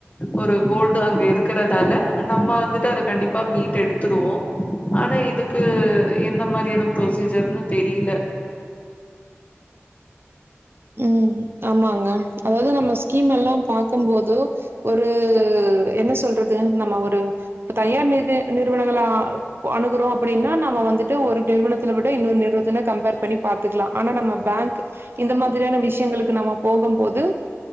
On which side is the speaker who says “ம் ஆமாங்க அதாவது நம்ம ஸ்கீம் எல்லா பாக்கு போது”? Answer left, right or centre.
Right